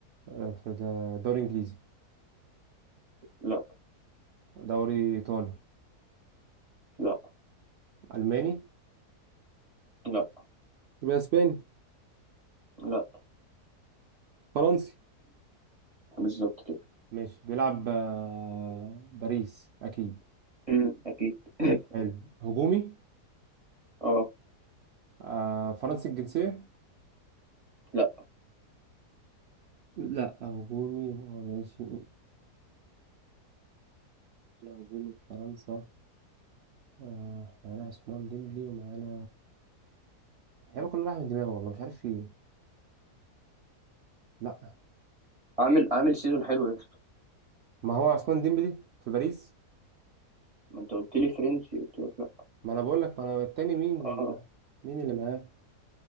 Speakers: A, on the right; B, on the right.
A: آه. في دا- دوري انجليزي
B: لا
A: دوري ايطالي
B: لا
A: الماني
B: لا
A: يبقى اسباني
B: لا
A: فرنسي
B: بالظبط كده
A: ماشي بيلعب آه. باريس اكيد
B: امم اكيد <laughs>
A: حلو هجومي
B: اه
A: آه. فرنسي الجنسية
B: لا
A: لا هجومي هو ماشي لا هجومي في فرنسا آه معانا عثمان ديمبلي ومعانا اللعيبه كلها رايحه من دماغي والله مش عارف في إيه. لا
B: عامل عامل سيزون حلو يا اسطى
A: ما هو عثمان ديمبلي في باريس
B: ما انت قلت لي فرنسي قلت لك لا
A: ما انا بقول لك ما انا التاني مين
B: اه
A: مين اللي معاه